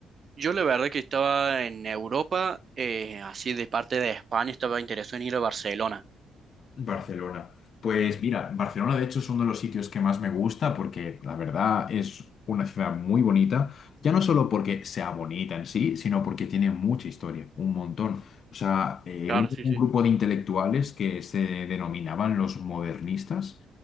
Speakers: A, on the right (about 45°); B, on the left (about 55°).
A: yo la verdad que estaba en Europa, eh, así de parte de España, estaba interesado en ir a Barcelona.
B: Barcelona. Pues mira, Barcelona de hecho es uno de los sitios que más me gusta porque la verdad es una ciudad muy bonita, ya no solo porque sea bonita en sí, sino porque tiene mucha historia, un montón. O sea, eh,
A: Claro,
B: un,
A: sí,
B: un
A: sí.
B: grupo de intelectuales que se denominaban los modernistas